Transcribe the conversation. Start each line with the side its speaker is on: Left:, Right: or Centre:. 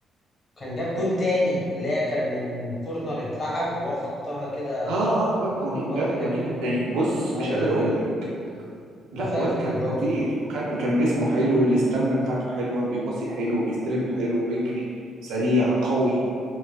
Left: كان جاب جون تاني اللي هي كان من كورنر اتلعب وهو حطها كده
Right: اه اه آه، جاب جونين
Left: ببطن
Right: جاب
Left: رجله
Right: جونين يعني بص مش
Left: ايوه
Right: قادر اقول لك لا
Left: انا فاكر
Right: واد كان
Left: الاجوان
Right: خطير
Left: دي
Right: وكان كان جسمه حلو الاستامينا بتاعته حلوه بيباصي حلو بيستلم حلو بيجري
Left: مم.
Right: سريع قوي